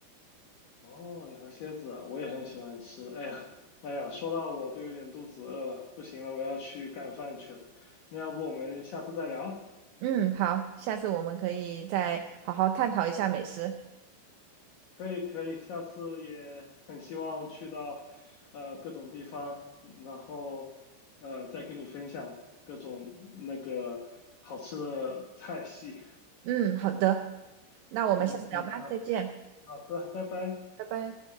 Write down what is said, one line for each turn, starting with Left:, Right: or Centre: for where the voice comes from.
Left: 哦，羊蝎子啊，我也很喜欢吃。哎呀，哎呀，说到我都有点肚子饿了，不行了，我要去干饭去了。那要不我们下次再聊？
Right: 嗯，好，下次我们可以再好好探讨一下美食。
Left: 可以，可以，下次也很希望去到呃各种地方，嗯然后呃再跟你分享各种那个好吃的菜系。
Right: 嗯，好的，那我们下次聊吧，
Left: 嗯嗯，好
Right: 再见，
Left: 好的，拜拜。
Right: 拜拜。